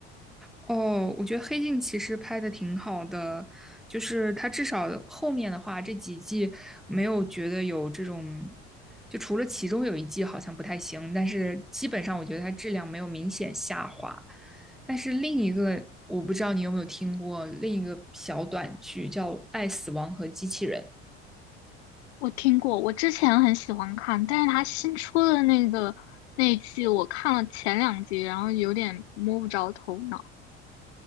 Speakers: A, in the centre; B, on the left.
A: 哦，我觉得《黑镜》其实拍的挺好的，就是它至少后面的话这几季没有觉得有这种，就除了其中有一季好像不太行，但是基本上我觉得它质量没有明显下滑。但是另一个我不知道你有没有听过另一个小短剧叫《爱、死亡和机器人》，
B: 我听过，我之前很喜欢看，但是他新出的那个那一季，我看了前两集，然后有点摸不着头脑。